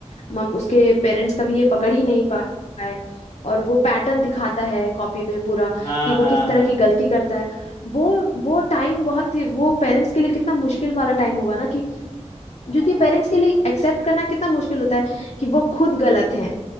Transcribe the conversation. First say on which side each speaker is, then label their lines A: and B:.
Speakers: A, on the left; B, on the left.
A: मम, उसके पेरेंट्स कभी ये पकड़ ही नहीं पा- पाए और वो पैटर्न दिखाता है कॉपी में पूरा
B: हाँ
A: कि वो
B: हाँ
A: किस तरह
B: हाँ
A: की गलती करता है वो वो टाइम बहुत ही- वो पेरेंट्स के लिए कितना मुश्किल वाला टाइम होगा ना कि
B: हाँ
A: क्योंकि पेरेंट्स के लिए एक्सेप्ट करना कितना मुश्किल होता है कि वो खुद गलत हैं